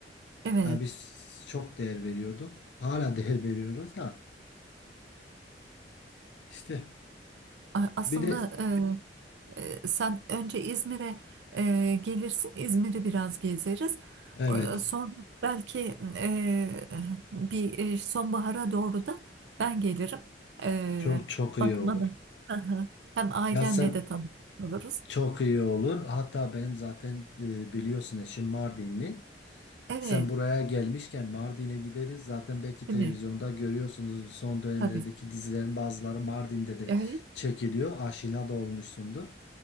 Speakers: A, on the right; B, on the left.
A: evet.
B: Yani biz çok değer veriyorduk. Hala değer veriyoruz da. İşte
A: A- Aslında
B: bir de
A: e, e, sen önce İzmir'e e, gelirsin, İzmir'i biraz gezeriz.
B: evet
A: O- Sonra belki e, bir e, sonbahara doğru da ben gelirim. E,
B: çok çok iyi
A: bakmana.
B: olur.
A: Hı hı. Hem ailenle
B: Ya sen
A: de tanışmış oluruz.
B: çok iyi olur. Hatta benim zaten e, biliyorsun eşim Mardinli.
A: Evet,
B: Sen buraya gelmişken Mardin'e gideriz. Zaten belki televizyonda
A: değil mi?
B: görüyorsunuz son dönemlerdeki
A: Tabii.
B: dizilerin bazıları Mardin'de de
A: Evet,
B: çekiliyor. Aşina da olmuşsundur.